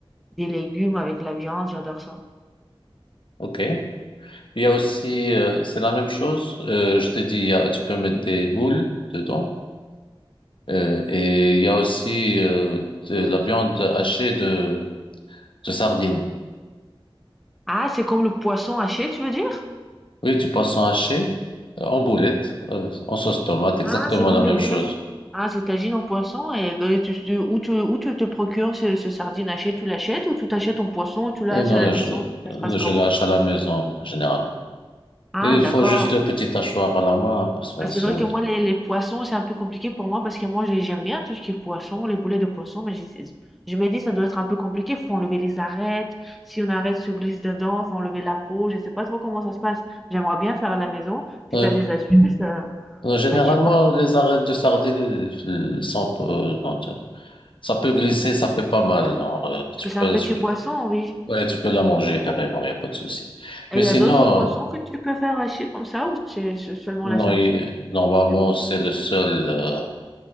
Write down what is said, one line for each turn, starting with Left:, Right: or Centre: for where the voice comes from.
Centre: Des légumes avec la viande, j'adore ça.
Left: ok. Il y a aussi, euh, c'est la même chose. Euh, je t'ai dit, il y a- tu peux mettre des moules dedans. Euh, et il y a aussi euh, de la viande hachée de, de sardines.
Centre: Ah, c'est comme le poisson haché, tu veux dire?
Left: Oui, du poisson haché euh, en boulette, euh, en sauce tomate, exactement
Centre: Ah, c'est comme
Left: la même
Centre: le boulettes.
Left: chose.
Centre: Ah, c'est tagine au poisson et euh, tu, tu- où tu, où tu te procures ce, ce sardine haché, tu l'achètes ou tu t'achètes ton poisson, ou tu l'as
Left: Euh, non,
Centre: à la maison,
Left: je,
Centre: ça
Left: euh,
Centre: se passe comment?
Left: je le hache à la maison, généralement.
Centre: Ah,
Left: Et il
Centre: d'accord.
Left: faut juste le petit hachoir à la main. parce que
Centre: Bah, c'est
Left: c'est-
Centre: vrai que moi, les, les poissons, c'est un peu compliqué pour moi parce que moi, j'ai- j'aime bien tout ce qui est poisson, les boulets de poisson, mais j'ai- je me dis, ça doit être un peu compliqué. Faut enlever les arêtes. Si on arrête, se glisse dedans, faut enlever la peau. Je sais pas trop comment ça se passe. J'aimerais bien faire à la maison. Si
Left: Euh,
Centre: tu as des astuces, euh,
Left: euh, généralement,
Centre: bah, dis-moi.
Left: les arêtes de sardines euh, sont, euh, non, tu- ça peut glisser, ça fait pas mal. genre, euh,
Centre: Parce
Left: tu
Centre: que c'est
Left: peux,
Centre: un petit
Left: tu peux,
Centre: poisson, oui.
Left: ouais, tu peux la manger carrément, il n'y a pas de souci.
Centre: Et
Left: Mais
Centre: il
Left: sinon...
Centre: y a d'autres poissons que tu peux faire hacher comme ça ou c'est se- seulement
Left: Non,
Centre: la sardine
Left: il- normalement,
Centre: d'habitude?
Left: c'est le seul, euh,